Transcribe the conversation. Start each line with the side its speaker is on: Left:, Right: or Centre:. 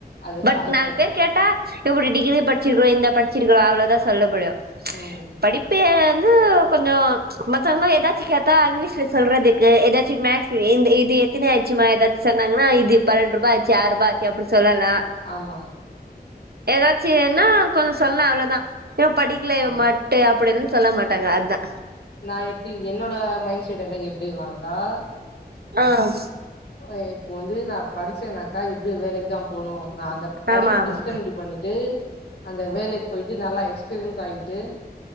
Left: அது
Right: பட்
Left: ஃபேக்ட்
Right: நாலு
Left: அது
Right: பேர் கேட்டா எப்டி டிகிரி படிச்சிருக்கோ இந்த படிச்சிருக்கோ அவ்ளோதா சொல்ல முடியு
Left: ம்
Right: படிப்பு வந்து கொஞ்சோ மத்தவங்க ஏதாச்சி கேட்டா இங்கிலீஷ்ல சொல்றதுக்கு ஏதாச்சி மேக்ஸ் இந் இது எத்தனைய ஆச்சுமா ஏதாச்சி சொன்னாங்கன்னா இது பன்ரண்டு ருபா ஆச்சு ஆறு ருபா ஆச் <unintelligible> சொல்லலா
Left: ஆமா
Right: ஏதாச்சின்னா கொஞ்ச சொல்லலா அவ்ளோதா ஏ படிக்கல
Left: அவ்ளோதா
Right: மட்டு அப்டின்னு சொல்ல மாட்டாங்க அதா
Left: நா எப்டி என்னோட மைண்ட் செட் எல்லா எப்டி இல்லாங்கா
Right: ஆஹ்
Left: ஓ இப்போ வந்து நா படிச்சேன்னாக்கா எப்புடி வேலை க்கு தா போணு நா அந்த படிப்பு
Right: ஆமா ஆமா
Left: டிஸ்கன்டினியூடி பண்ணிட்டு அந்த வேலை போய்ட்டு நல்லா எக்ஸ்பீரியன்ஸ் ஆய்ட்டு